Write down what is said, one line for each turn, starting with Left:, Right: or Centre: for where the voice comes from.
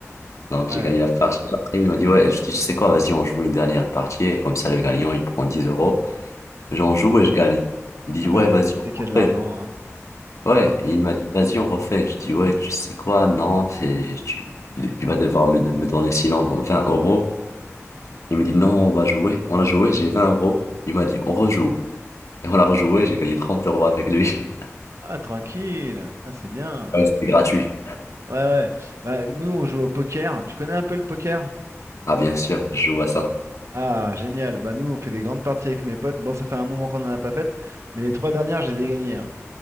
Left: Donc
Right: Ouais.
Left: j'ai gagné la partie. Après, il m'a dit, ouais, je dis, tu sais quoi, vas-y, on joue une dernière partie et comme ça, le gagnant, il prend 10 euros. J'en joue et je gagne. Il dit,
Right: Ah
Left: ouais,
Right: bah
Left: vas-y, on
Right: dès qu'il
Left: refait.
Right: y a de l'argent, hein.
Left: Ouais, et il m'a dit, vas-y, on refait. Je dis, ouais, tu sais quoi, non, c'est, tu, tu tu vas devoir me, me donner sinon vingt euros. Il me dit, non, on va jouer. On a joué, j'ai 20 euros. Il m'a dit, on rejoue. Et on a rejoué, j'ai gagné 30 euros avec lui. <laughs>
Right: Ah tranquille. Ah c'est bien.
Left: Ouais, c'était gratuit.
Right: Ouais ouais. Bah nous on joue au poker. Tu connais un peu le poker?
Left: Ah, bien sûr, je joue à ça.
Right: Ah génial. Bah nous on fait des grandes parties avec mes potes. Bon ça fait un moment qu'on n'en a pas fait, mais les trois dernières je les ai gagnées. hein.